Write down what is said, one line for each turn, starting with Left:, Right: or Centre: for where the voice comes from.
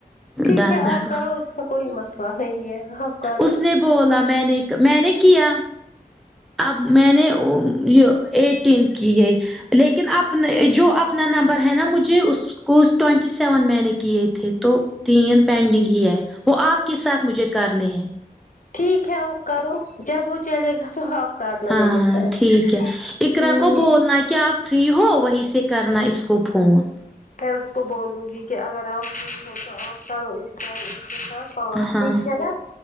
Left: ٹھیک
Centre: دندگ
Left: ہے آپ کرو اس کا کوئی مسئلہ نہیں ہے آپ کرو
Centre: اس نے بولا میں نے میں نے کیا اب میں نے یہ ایٹین کی ہے لیکن اپنے جو اپنا نمبر ہے نا مجھے اس کوس ٹینٹی سیون میں نے کیے تھے تو تین پینڈنگ ہی ہے وہ آپ کے ساتھ مجھے کرنے ہیں
Left: ٹھیک ہے اپ کرو جب وہ چلے گا تو آپ کرنا
Centre: ہاں
Left: میرے ساتھ
Centre: ٹھیک ہے اقرا
Left: ہوں
Centre: کو بولنا کہ آپ فری ہو وہیں سے کرنا اس کو فون
Left: میں اس کو بولوں گی کہ اگر آپ فری ہو تو آپ کرو اس کرو اسکے ساتھ پانچ
Centre: ہاں
Left: ٹھیک ہے نا